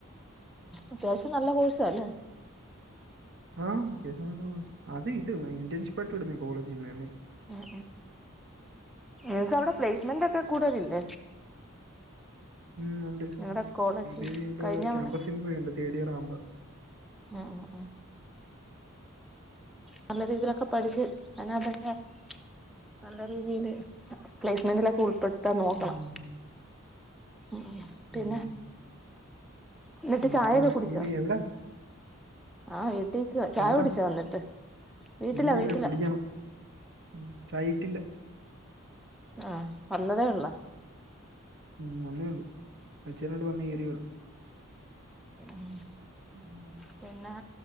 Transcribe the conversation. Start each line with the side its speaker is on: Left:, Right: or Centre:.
Centre: അത്യാവശ്യം നല്ല കോഴ്സാല്ലേ
Right: ആഹ് വിത് അത് ഇത് ഇന്റൺഷിപ്പ് യായിട്ട് വിടുന്നായ കോളേജിന്ന്
Centre: ഉം നിനക്ക് അവിടെ പ്ലേസ്മെന്റ് ഒക്കെ കൂടുതലില്ലേ
Right: ഉം ഉണ്ട്
Centre: നിങ്ങടെ കോളേജ്
Right: ഇത് കഴിയുമ്പോ
Centre: കഴിഞ്ഞ തവണ
Right: ക്യാമ്പസ് ഇന്റർവ്യു ഉണ്ട് തേർഡ് ഇയർ ആവുമ്പോ
Centre: ഉം ഉം നല്ല രീതിയിലൊക്കെ പഠച്ചു അതിനാത്ത് - നല്ല രീതിയില് പ്ലേസ്മെന്റിലൊക്കെ ഉൾപ്പെടുത്താൻ നോക്കണം
Right: ഉം
Centre: ഉം ഉം പിന്നെ
Right: ഉം
Centre: എന്നിട്ട്
Right: പിന്നെ
Centre: ചായയൊക്കെ കുടിച്ചാ
Right: ഇങ്ങനെ എവിടാ
Centre: ആഹ് എടു ട്ടീക്ക് ചായ
Right: എവിടാ
Centre: കുടിച്ചോ വന്നിട്ട് വീട്ടിലാ
Right: ഇല്ലില്ല
Centre: വീട്ടിലാ
Right: കുടിക്കണം ഉം ചായയിട്ടില്ല
Centre: ആഹ് വന്നതേ ഉള്ളോ
Right: ഉം വന്നേള്ളു അച്ചൻ ഇങ്ങോട്ട് വന്ന് കെയറയേള്ളു
Centre: ഉം
Right: ഉം.
Centre: പിന്നെ